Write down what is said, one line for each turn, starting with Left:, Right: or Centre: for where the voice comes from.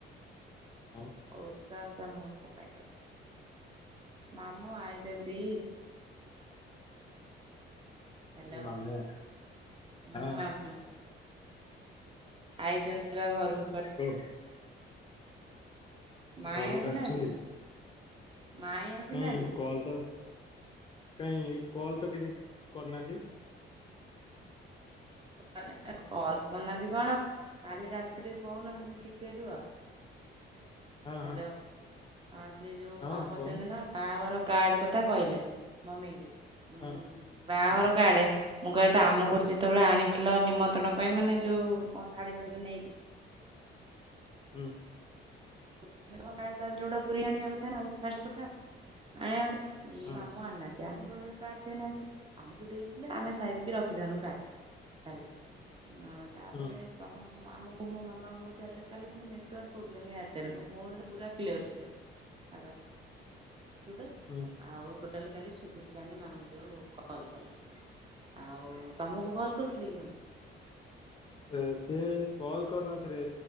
Left: ଆଉ
Right: ଓଷା ବୋଷା ମୁଁ କଣ ପାଇଁ କରିବି? ମାମୁଁ ଆଇଚନ୍ତି। ହାଲୋ
Left: ମାମୁଁ ହଁ
Right: ମୁଁ, ମାମୁଁ। ଆଇଚନ୍ତି ବା ଘରୁକୁ।
Left: ଓ ହୋ।
Right: ମାଇଁ
Left: ଘରକୁ
Right: ଆସିନାହାନ୍ତି
Left: ଆସିଛନ୍ତି?
Right: ମାଇଁ ଆସିନାହାନ୍ତି
Left: କାଇଁ
Right: କି?
Left: କଲ ତ କାଇଁ କଲ ତ କିଛି କରିନାହାନ୍ତି।
Right: <unintelligible> କଲ୍ କରିନାହାନ୍ତି କଣ କାଲି ରାତିରେ କହୁନଥିଲି ଟିକେ ରୁହ ହ୍ୟାଲୋ।
Left: ହଁ ହଁ।
Right: ଆଉ ସିଏ ଯୋଉ
Left: ହଁ
Right: କଣ କରୁଚନ୍ତି
Left: କହୁନ
Right: ନା ବାହାଘର କାର୍ଡ କଥା କହିଲେ ମମି ଙ୍କି ଉଁ
Left: ହଁ
Right: ବାହାଘର
Left: ହଁ
Right: କାର୍ଡ। ମୁଁ କହିବା କଥା ଆମ ଘରୁ ଯେତେବେଳେ ଆଣିଥିଲ ନିମନ୍ତ୍ରଣ ପାଇଁ ମାନେ ଯୋଉ କଣ ଥାଳି ଭାଳି ଯୋଉ ନେଇକି
Left: ହୁଁ।
Right: ତୋମେ ତୋମ କାର୍ଡ ଟା ଯୋଉଟା ପୁରେଇ ଆଣିବା କଥା ନା ଆଉ ଫାଷ୍ଟ କଥା ଆଣିବା <inaudible> ଇଏ
Left: ହଁ
Right: ମାମୁଁ ଆଣିନାହା କା ଆମକୁ ଟୋଟାଲି କାର୍ଡ ଦେଇନାହାନ୍ତି ଆମକୁ ଦେଇଥିଲେ ଆମେ ସାଇତିକି ରଖିଥାନ୍ତୁ କାର୍ଡ। ହେଲା ଉଁ ତାପରେ
Left: ହୁଁ
Right: ତମ ମୋ ଆମକୁ ମୋ ମାମାଙ୍କୁ ପଚାରିଲେ କାଲି ପୁଣି ନେଟୱାର୍କ ପ୍ରୋବଲେମ୍ ଏୟାରଟେଲ୍ ର। ଭଉଣୀ ର ପୁରା କ୍ଲିୟର ଶୁଭେ ହେଲା ଶୁଭେ
Left: ହୁଁ
Right: ଆଉ ଟୋ ତାହେଲେ କାଲି ଶୁଭିଲାନି ମାମୁଁ ଯୋଉ କଲ୍ କଲେ। ଆଉ ତମକୁ କଲ କରିଥିଲେ କି ମାମୁଁ?
Left: ଏ ସେ କଲ୍ କରିନଥିଲେ